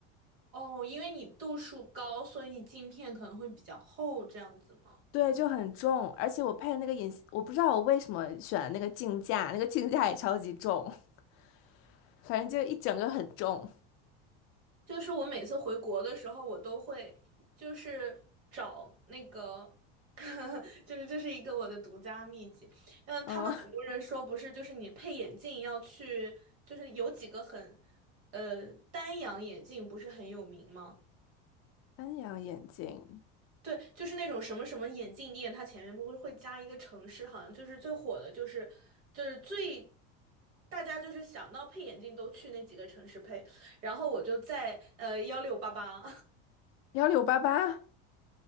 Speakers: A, on the right; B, on the left.
A: 哦，因为你度数高，所以你镜片可能会比较厚，这样子吗？
B: 对，就很重，而且我配的那个隐形，我不知道我为什么选的那个镜架，那个镜架也超级重，<laughs> 反正就一整个很重。
A: 就是我每次回国的时候，我都会就是找那个，<laughs> 就是这是一个我的独家秘籍。嗯，
B: 嗯，
A: 他们很多人说不是，就是你配眼镜要去，就是有几个很，呃，丹阳眼镜不是很有名吗？
B: 三阳眼镜，
A: 对，就是那种什么什么眼镜店，它前面不会会加一个城市，好像就是最火的，就是就是最大家就是想到配眼镜都去那几个城市配。然后我就在呃幺六八八
B: 幺六八八。